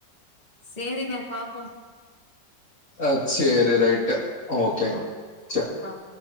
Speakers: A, on the left; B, on the left.
A: சேரிங்க பாப்போ
B: அ சேரி ரைட்டு் ஓகேங்க சேர்
A: ஆம்